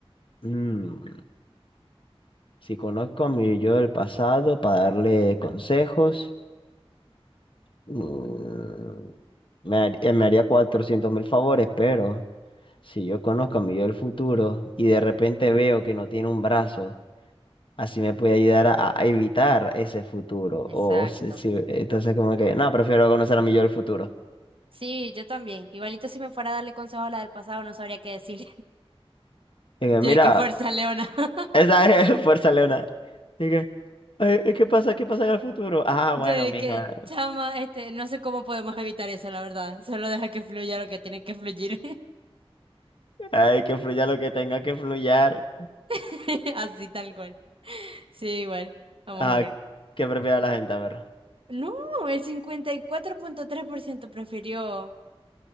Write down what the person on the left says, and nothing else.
Mm, si conozco a mi yo del pasado para darle consejos, mm, me, har- eh, me haría cuatrocientos mil favores, pero... Si yo conozco a mi yo del futuro y de repente veo que no tiene un brazo, así me puede ayudar a, a evitar ese futuro.
O si- si- entonces como que, no, prefiero conocer a mi yo del futuro.
Y que,
mira,
esa es <laughs> Fuerza Leona. Y que, "Ay, ¿qué pasa? ¿Qué pasa en el futuro? Ah, bueno,
mija,
hay que fluya lo que tenga que fluyar.
Ah,
¿qué prefiere la gente? A ver,